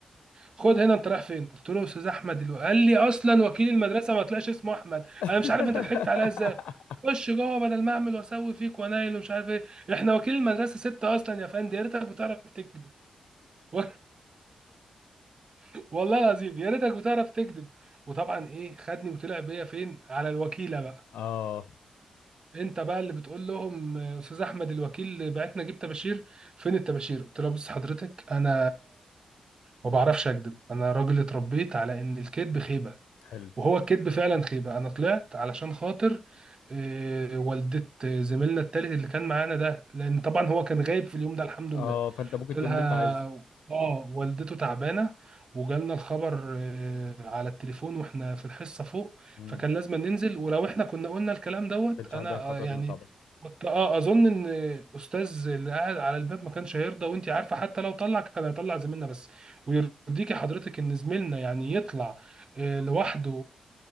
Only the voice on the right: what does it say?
خد هنا انت رايح فين قلت له استاذ احمد الو... قال لي اصلا وكيل المدرسه ما طلعش اسمه احمد
انا مش عارف انت ضحكت عليا ازاي خش جوه بدل ما اعمل واسوي فيك وانايل ومش عارف ايه احنا وكيل المدرسه ستة اصلا يا فندم يا ريتك بتعرف تكذب و- <laughs> والله العظيم يا ريتك بتعرف تكذب وطبعا ايه خدني وطلع بيا فين على الوكيله بقى
انت بقى اللي بتقول لهم آه، استاذ احمد الوكيل بعتنا جيب طباشير فين الطباشير قلت له بص حضرتك انا ما بعرفش اكذب انا راجل اتربيت على ان الكذب خيبه
وهو الكذب فعلا خيبة انا طلعت علشان خاطر آه، والدة زميلنا التالت اللي كان معانا ده لان طبعا هو كان غايب في اليوم ده الحمد لله
قلت لها
اه والدته تعبانه وجالنا الخبر آه، على التليفون واحنا في الحصه فوق
فكان لازم ننزل ولو احنا كنا قلنا الكلام دوت
انا
آه، يعني
كنت اه اظن ان الاستاذ اللي قاعد على الباب ما كانش هيرضى وانت عارفه حتى لو طلع كان هيطلع زميلنا بس ويرضيكي حضرتك ان زميلنا يعني يطلع آه، لوحده